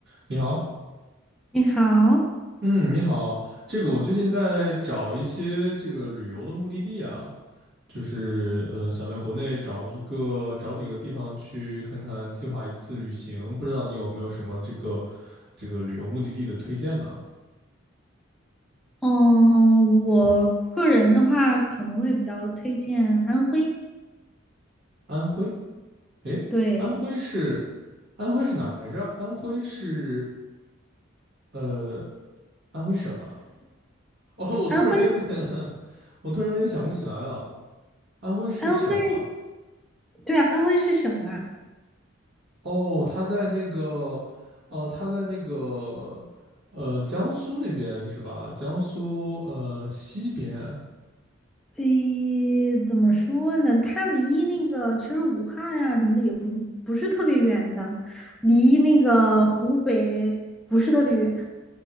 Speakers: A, on the right; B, in the centre.
A: 你好，
B: 你好，
A: 嗯，你好，这个我最近在找一些这个旅游的目的地啊，就是呃，想在国内找一个找几个地方去看看，计划一次旅行，不知道你有没有什么这个这个旅游目的地的推荐呢？
B: 嗯，我个人的话，可能会比较推荐安徽。
A: 安徽，诶，
B: 对，
A: 安徽是安徽是哪儿来着？安徽是呃安徽省啊，<laughs> 哦，我突然有点
B: 安徽，
A: <laughs> 我突然有点想不起来了，安徽是省啊。
B: 安徽，对啊，安徽是省啊。
A: 哦，他在那个，哦，他在那个，呃，江苏那边是吧？江苏呃西边啊，
B: 诶，怎么说呢？它离那个其实武汉啊什么的也不不是特别远的，离那个湖北不是特别远。